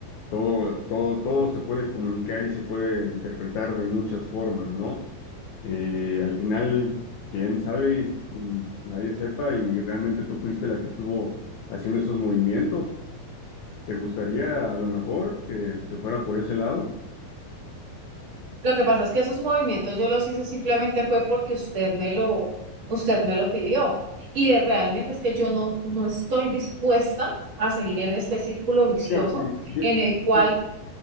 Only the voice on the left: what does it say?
Todo, todo, todo se puede comunicar y se puede interpretar de muchas formas, ¿no? Eh, al final, quién sabe, Mm, nadie sepa, y realmente tú fuiste la que estuvo haciendo esos movimientos. ¿Te gustaría a lo mejor que se fuera por ese lado?
Mira, bien,
bien-